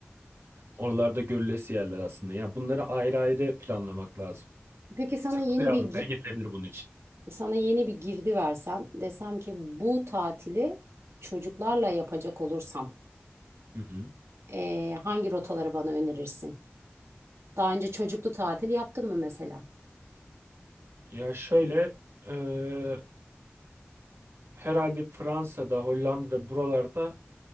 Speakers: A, on the right (about 70°); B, on the right (about 80°).
A: Oralarda görülesi yerler aslında. Ya bunları ayrı ayrı planlamak lazım.
B: Peki sana
A: Mesela
B: yeni
A: Kuzey
B: bir
A: Avrupa'ya
B: gi-
A: gidilebilir bunun için.
B: sana yeni bir girdi versem desem ki bu tatili çocuklarla yapacak olursam
A: Hı hı.
B: eee, hangi rotaları bana önerirsin? Daha önce çocuklu tatil yaptın mı mesela?
A: Ya şöyle eee, herhalde Fransa'da, Hollanda'da buralarda